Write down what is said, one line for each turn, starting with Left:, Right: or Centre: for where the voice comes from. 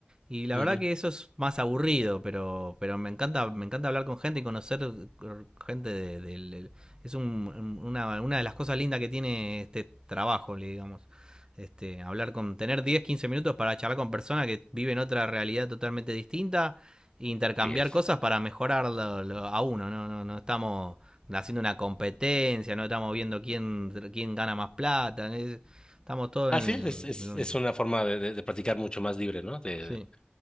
Right: Y la
Left: Ujú,
Right: verdad que eso es más aburrido, pero, pero me encanta, me encanta hablar con gente y conocer eh, gente de, de, de es un- una, una de las cosas lindas que tiene este trabajo, digamos. Este, hablar con, tener diez 15 minutos para charlar con personas que viven otra realidad totalmente distinta e intercambiar
Left: Sí es.
Right: cosas para mejorar lo- lo- a uno. No, no, no estamos haciendo una competencia, no estamos viendo quién, quién gana más plata, es- estamos todos
Left: Así
Right: en
Left: es, es, es,
Right: en lo mismo.
Left: es una forma de, de, de practicar mucho más libre, ¿no? De,
Right: Sí.